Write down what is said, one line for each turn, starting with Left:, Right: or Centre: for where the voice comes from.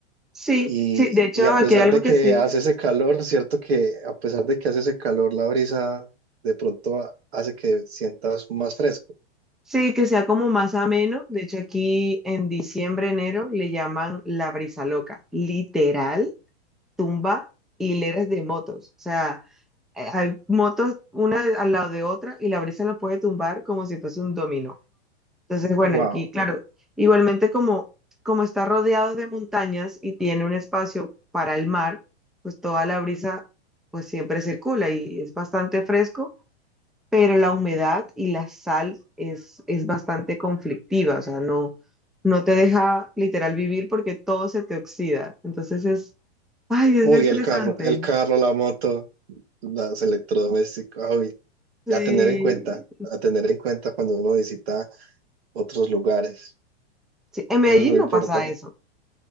Centre: Sí,
Right: Y,
Centre: sí, de hecho,
Right: y a
Centre: aquí
Right: pesar
Centre: hay algo
Right: de que
Centre: que sí.
Right: hace ese calor, cierto que a pesar de que hace ese calor, la brisa de pronto ha- hace que sientas más fresco.
Centre: Sí, que sea como más ameno. De hecho, aquí en diciembre, enero, le llaman la brisa loca. Literal, tumba hileras de motos. O sea, eh, hay motos una al lado de otra y la brisa la puede tumbar como si fuese un dominó. Entonces, bueno,
Right: Wow.
Centre: aquí, claro, igualmente como, como está rodeado de montañas y tiene un espacio para el mar, pues toda la brisa pues siempre circula y es bastante fresco pero la humedad y la sal es, es bastante conflictiva, o sea, no, no te deja literal vivir porque todo se te oxida. Entonces es, ay,
Right: Uy,
Centre: es estresante.
Right: el carro, el carro, la moto, los electrodomésticos. Uy,
Centre: Sí,
Right: a tener en cuenta, a tener en cuenta cuando uno visita otros lugares.
Centre: sí, en Medellín
Right: Eso es muy
Centre: no
Right: importante.
Centre: pasa eso.